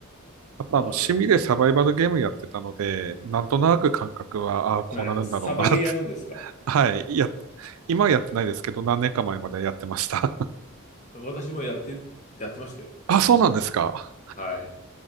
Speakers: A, on the right; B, on the left.
A: あとあの、
B: なるほど。
A: 趣味でサバイバルゲームやってたので、なんとなく感覚は、ああ、こうなるんだろうなって。
B: なれ、サバゲーやるんですか
A: <laughs> はい。や、今はやってないですけど、何年か前までやってました。<laughs>
B: 私もやって、やってましたよ。
A: あ、そうなんですか。
B: はい。